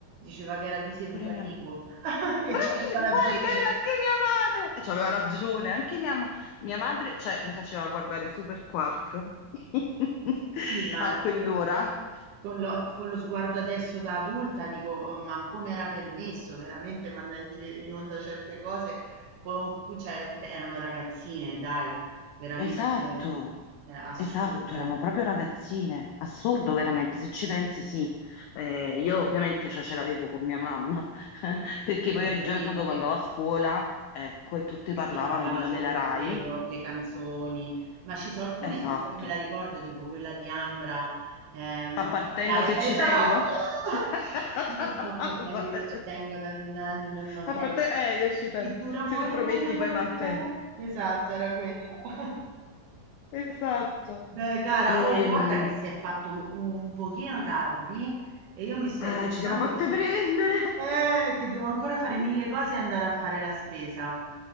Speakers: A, on the right (about 70°); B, on the left (about 85°).
A: diceva che era diseducativo
B: pure mia mamma.
A: <laughs>
B: Bravi,
A: e c'aveva
B: uguale
A: ragione.
B: idea anche mia madre! E C'aveva ragione, anche mia, ma- mia madre, cioè, mi faceva guardare Super Quark <laughs>
A: Sì, ma
B: a quell'ora.
A: eh, con lo, con lo sguardo adesso da adulta dico, "Oh, ma come era permesso veramente mandare in, gi- in onda certe cose? Con, cioè, erano ragazzine, dai, veramente
B: Esatto,
A: eh, assurdo,
B: esatto, erano proprio ragazzine. Assurdo, veramente, se ci pensi, sì. Eh, io ovviamente cioè, ce l'avevo con mia mamma, <laughs> perché poi
A: ovviamente.
B: il giorno dopo andavo a scuola, ecco, e tutte
A: E
B: parlavano
A: si parlava
B: di non
A: solo
B: la
A: di
B: Rai.
A: quello, le canzoni, ma ci sono alcune
B: Esatto.
A: che ancora me la ricordo, tipo quella di Ambra, eh, ma
B: Appartengo
A: dai,
B: se ci
A: esatto!
B: tengo. <laughs>
A: <laughs> Mi sto portando, io ci tengo, na, na, na, na, ma
B: A
A: tengo.
B: parte, eh, è uscita,
A: Ti giuro amore,
B: se prometti
A: un amore
B: poi mantè.
A: che è. Esatto, era quello. <laughs>
B: Esatto.
A: Beh, cara,
B: Ehm,
A: oh, guarda che si è fatto un pochino tardi e io mi sto
B: ah,
A: ricordando
B: ci siamo fatte
A: che, de-
B: prendere.
A: eh, che devo ancora fare
B: <laughs>
A: mille cose e andare a fare la spesa.